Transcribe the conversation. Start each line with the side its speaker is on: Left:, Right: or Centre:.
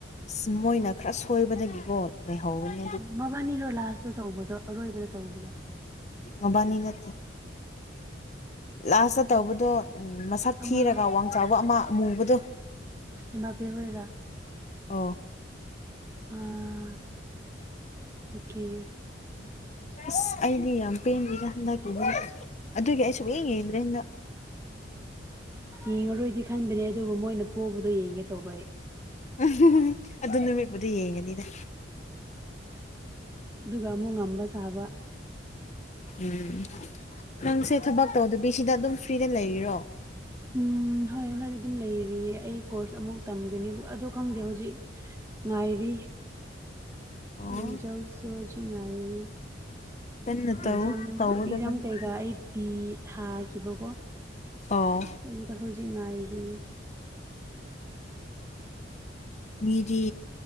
Left: ꯑꯁ ꯃꯣꯏꯅ ꯈꯔ ꯁꯣꯏꯕꯗꯒꯤꯀꯣ ꯂꯩꯍꯧꯒꯅꯤ
Right: ꯎ ꯃꯕꯥꯅꯤꯔꯣꯂꯥꯁꯇ ꯇꯧꯕꯗꯣ ꯑꯔꯣꯏꯕꯗ ꯇꯧꯕꯗꯣ
Left: ꯃꯕꯥꯅꯤ ꯅ ꯂꯥꯁ ꯇꯧꯕꯗꯣ ꯎꯝ ꯃꯁꯛ
Right: ꯑꯃ
Left: ꯊꯤꯔꯒ ꯋꯥꯡ ꯆꯥꯕ ꯑꯃ ꯃꯨꯕꯗꯣ
Right: ꯏꯃꯥꯕꯤ ꯍꯣꯏꯔꯥ
Left: ꯑꯣ
Right: ꯑꯥ ꯑꯣꯀꯦ
Left: ꯑꯁ ꯑꯩꯗꯤ ꯌꯥꯝ ꯄꯦꯟꯗꯅꯦ ꯍꯟꯗꯛꯀꯤꯅꯦ ꯑꯗꯨꯒꯤ ꯑꯩ ꯁꯨꯡ ꯌꯦꯡ ꯌꯦꯡꯗ꯭ꯔꯦ ꯍꯟꯗꯛ
Right: ꯌꯦꯡꯉꯔꯣꯏꯗꯤ ꯈꯟꯕꯅꯦ ꯑꯗꯨꯕꯨ ꯃꯣꯏꯅ ꯄꯣꯕꯗꯣ ꯌꯦꯡꯒꯦ ꯇꯧꯕ ꯑꯩ
Left: ꯎꯝ ꯑꯗꯨ ꯅꯨꯃꯤꯠꯄꯨꯗꯤ ꯌꯦꯡꯒꯅꯤꯗ
Right: ꯑꯗꯨꯒ ꯑꯃꯨꯛ ꯉꯝꯕ ꯁꯥꯕ
Left: ꯎꯝ ꯅꯪꯁꯦ ꯊꯕꯛ ꯇꯧꯗꯕꯤꯁꯤꯗ ꯑꯗꯨꯝ ꯐ꯭ꯔꯤꯗ ꯂꯩꯔꯤꯔꯣ
Right: ꯎꯝ ꯍꯣꯏ ꯍꯟꯗꯛꯗꯤ ꯑꯗꯨꯝ ꯂꯩꯔꯤꯌꯦ ꯑꯩ ꯀꯣꯔꯁ ꯑꯃꯨꯛ ꯇꯝꯒꯅꯤ ꯑꯗꫭ ꯍꯧꯖꯤꯛ ꯉꯥꯏꯔꯤ
Left: ꯑꯣ
Right: ꯔꯤꯖꯜꯁꯨ ꯍꯧꯖꯤꯛ ꯉꯥꯏꯔꯤ
Left: ꯀꯟꯅ
Right: ꯑꯦꯛꯖꯥꯝ
Left: ꯇꯧ ꯇꯧꯒꯗꯕꯅꯤ
Right: ꯑꯦꯛꯖꯥꯝ ꯀꯩꯀꯥ ꯑꯩ ꯄꯤ ꯊꯥꯈꯤꯕꯀꯣ
Left: ꯑꫭ
Right: ꯋꯨꯝꯗ ꯍꯧꯖꯤꯛ ꯉꯥꯏꯔꯤꯌꯦ
Left: ꯃꯤꯗꯤ